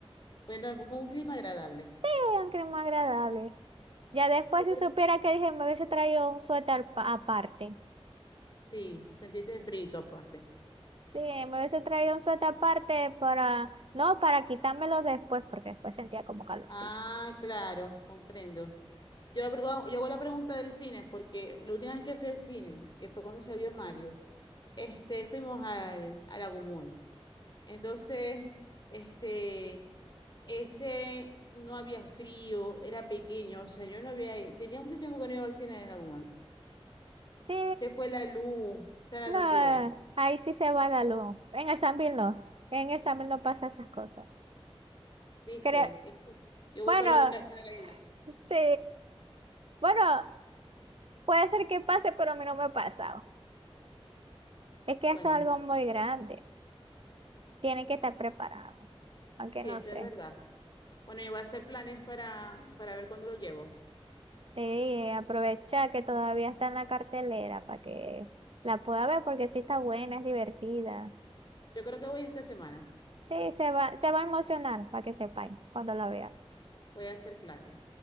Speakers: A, on the left; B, on the right.
A: Bueno, fue un clima agradable.
B: sí, un clima agradable. Ya después
A: Yo
B: si
A: pre-
B: supiera que dije me hubiese traído un suéter pa- aparte.
A: Sí, sentiste frío aparte.
B: S- Sí, me hubiese traído un suéter aparte para, no, para quitármelo después porque después sentía como calorcito.
A: Ah, claro, comprendo. Yo, abro- yo hago la pregunta del cine, porque la última vez que fui al cine, que fue cuando salió Mario, este, fuimos al, al Agumón. Entonces, este, ese no había frío, era pequeño, o sea, yo no había, ido- tenía mucho tiempo que no iba al cine en Agumón.
B: Sí,
A: Se fue la luz, esa
B: no,
A: es la locura,
B: ahí sí se va la luz. En el Sambil no, en el Sambil no pasa esas cosas.
A: ¿viste?
B: Creo,
A: Es que Yo voy
B: bueno.
A: para los de ca- mala calidad.
B: Sí, Bueno, puede ser que pase, pero a mí no me ha pasado. Es que
A: Bueno,
B: es algo
A: es verdad.
B: muy grande. Tiene
A: Sí,
B: que estar preparado. Aunque
A: Sí,
B: no
A: eso
B: sé.
A: es verdad. Bueno, yo voy a hacer planes para, para ver cuándo lo llevo.
B: Te dije, aprovecha que todavía está en la cartelera para que la pueda ver porque sí está buena, es divertida.
A: Yo creo que voy esta semana.
B: Sí, se va, se va a emocionar para que sepáis cuando la vea.
A: Voy a hacer planes.